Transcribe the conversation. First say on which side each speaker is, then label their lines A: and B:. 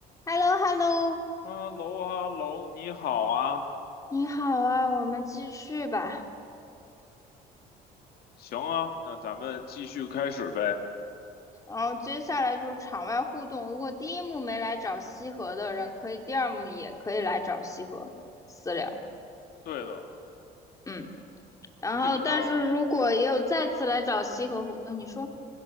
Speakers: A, on the left; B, on the left.
A: h e l l o h e l l o
B: 哈喽哈喽，你好啊，
A: 你好啊，我们继续吧。
B: 行啊，那咱们继续开始呗。
A: 然后接下来就是场外互动。如果第一幕没来找西河的人，可以第二幕也可以来找西河私聊。
B: 对的，
A: 嗯，然后但是如果也有再次来找西河互，
B: 这就像，嗯，
A: 呃，你说，